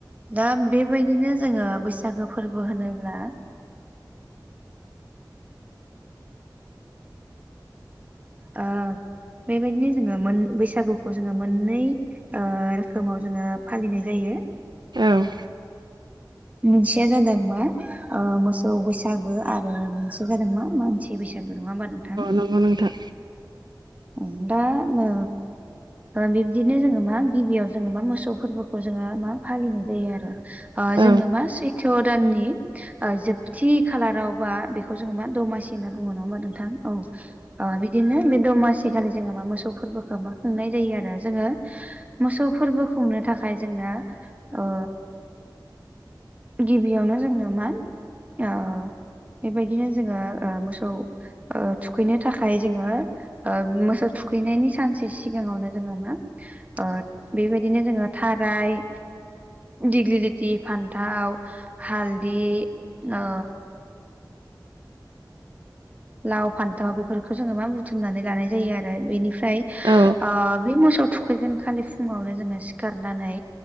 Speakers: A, on the right; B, on the right.
A: दा बेबायदिनो जोङो बैसागो फोरबो होनोब्ला आ बेबायदिनो जोङो मोन बैसागुखौ जोङो मोननै ओ रोखोमाव जोङो फालिनाय जायो।
B: औ
A: मोनसेया जादों मा ओ मोसौ बैसागो आरो मोनसे जादों मा मान सि बैसागो नङा होममा नोंथां?
B: नोंगौ नोंथां।
A: उम दा नो ओ बिबदिनो जोङो मा गिबियाव जोङो मा मोसौ फोरबोखौ जोङो मा फालिनाय जायो आरो। ओ
B: औ
A: जोङो मा सैथ' दाननि ओ जोबथि खालारावबा बेखौ जोङो मा दमासि होनना बुङो नङा होमा नोंथां औ ओ बिदिनो बे दमासिखालि जोङो मा मोसौ फोरबोखौ खुंनाय जायो आरो जोङो मोसौ फोरबो खुंनो थाखाय जोंना ओ गिबियावनो जोंनो मा ओ बेबायदिनो जोङो ओ मोसौ ओ थुखैनो थाखाय जोङो ओ मोसौ थुखैनायनि सानसे सिगाङावनो जोङो मा ओ बेबायदिनो जोङो थाराय दिग्लिदथि फान्थाव हालदि ओ लाव, फान्थाव बेफोरखौ जोङो मा बुथुमनानै लानाय जायो आरो बेनिफ्राय
B: औ
A: ओ बे मोसौ थुखैगोन खालि फुङावनो जोङो सिखारनानै